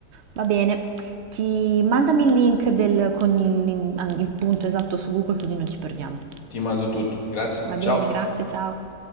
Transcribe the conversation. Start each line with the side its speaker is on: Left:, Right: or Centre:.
Right: Va bene, ti mandami il link del- con il il punto esatto su Google così non ci perdiamo.
Left: Ti mando tutto. Grazie,
Right: Va
Left: ciao.
Right: bene, grazie, ciao.